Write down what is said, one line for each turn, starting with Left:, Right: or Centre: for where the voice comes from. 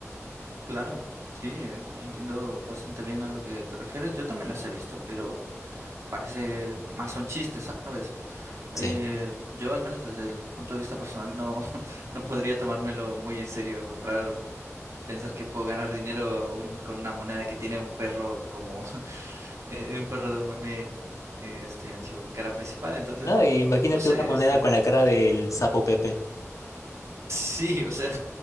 Right: Claro, sí, en- entiendo bastante bien a lo que te refieres. Yo también las he visto, pero parece más son chistes, ¿sabes? Eh,
Left: Sí.
Right: yo al menos desde el punto de vista personal no, <laughs> no podría tomármelo muy en serio, comprar, pensar que puedo ganar dinero un- con una moneda que tiene un perro como <laughs> eh, un perro de un meme eh, este, en su cara principal. Entonces,
Left: No, y imagínate
Right: no sé,
Left: una moneda
Right: este.
Left: con la cara del sapo Pepe.
Right: Sí, o sea,